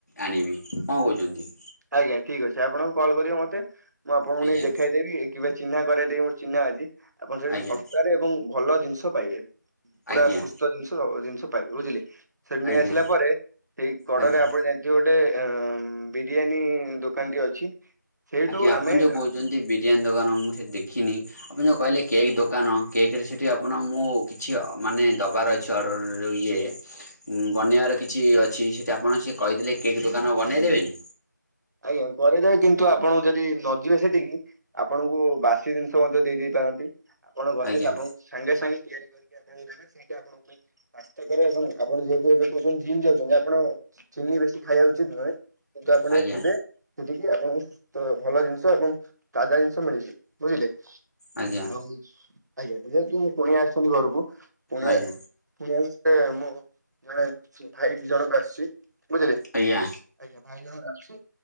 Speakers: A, on the left; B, on the right.
A: ଆଣିବି। କଣ କହୁଛନ୍ତି?
B: ଆଜ୍ଞା ଠିକ୍ ଅଛି ଆପଣ କଲ୍ କରିବେ ମୋତେ ମୁଁ ଆପଣଙ୍କୁ
A: ଆଜ୍ଞା
B: ନେଇ ଦେଖେଇଦେବି। କିମ୍ବା ଚିହ୍ନା କରେ ଦେଇ ମୋର ଚିହ୍ନା ଅଛି। ଆପଣ ସେଠି
A: ଆଜ୍ଞା
B: ଶସ୍ତାରେ ଏବଂ ଭଲ ଜିନିଷ ପାଇବେ। ପୁରା
A: ଆଜ୍ଞା
B: ସୁସ୍ଥ ଜିନିଷ ଜିନିଷ ପାଇବେ ବୁଝିଲେ। ସେଠି ନେଇ
A: ଆଜ୍ଞା
B: ଆସିଲା ପରେ ସେଇ କଡ଼ରେ
A: ଆଜ୍ଞା
B: ଆପଣ ଜାଣିଥିବେ ଗୋଟେ ଅ ବି ବିରିୟାନୀ ଦୋକାନଟି ଅଛି। ସେଇଠୁ
A: ଆଜ୍ଞା ଆପଣ
B: ଆମେ
A: ଯୋଉ କହୁଛନ୍ତି, ବିରିୟାନୀ ଦୋକାନ, ମୁଁ ସେ ଦେଖିନି। ଆପଣ ଯଉ କହିଲେ କେକ୍ ଦୋକାନ, କେକ୍ ରେ ସେଠି ଆପଣ ମୁଁ କିଛି ମାନେ ଦବାର ଅଛି। ଚଡ଼ରେ ଯୋଉ ଇଏ ବନେଇବାର କିଛି ଅଛି, ସେଠି ଆପଣ ସେ କହିଦେଲେ, କେକ୍ ଦୋକାନ ବନେଇ ଦେବେ ନି?
B: ଆଜ୍ଞା କରି ଦେବେ କିନ୍ତୁ ଆପଣ ଯଦି ନ ଯିବେ ସେଠିକି ଆପଣଙ୍କୁ ବାସି ଜିନିଷ ମଧ୍ୟ ଦେଇ ଦେଇ ପାରନ୍ତି, ଆପଣ ଗଲେ
A: ଆଜ୍ଞା
B: ଆପଣଙ୍କୁ ସାଙ୍ଗେ ସାଙ୍ଗେ ତିଆରି କରିକି ଦେବେ। ସେଇୟା ନା ସେଇଟା ଆପଣଙ୍କ ପାଇଁ ସ୍ୱାସ୍ଥ୍ୟକରେ ଏବଂ ଆପଣ ଯେହେତୁ, ଏବେ କହୁଛନ୍ତି ଜିିମ୍ ଯାଉଛନ୍ତି ଆପଣ ଚିନି ବେଶୀ ଖାଇବାକୁ ଉଚିତ ନୁହେଁ। କିନ୍ତୁ ଆପଣ
A: ଆଜ୍ଞା
B: ଯିବେ ସେଠିକି ଆପଣଙ୍କୁ ଭଲ ଜିନିଷ ଏବଂ ତାଜା ଜିନିଷ ମିଳିଯିବ। ବୁଝିଲେ।
A: ଆଜ୍ଞା ଆଜ୍ଞା
B: ଆଉ ଆଜ୍ଞା ଯେହତୁ କୁଣିଆ ଆସିଛନ୍ତି ଘରକୁ। ପୁଣି,
A: ଆଜ୍ଞା
B: ପୁଣି ଆଉ ସେ ମୁଁ ଜଣେ ଭାଇ ଦି ଜଣଙ୍କୁ ଆସିଛି। ବୁଝିଲେ।
A: ଆଜ୍ଞା
B: ଆଜ୍ଞା ଭାଇ ଜଣକ ଅସିଛି।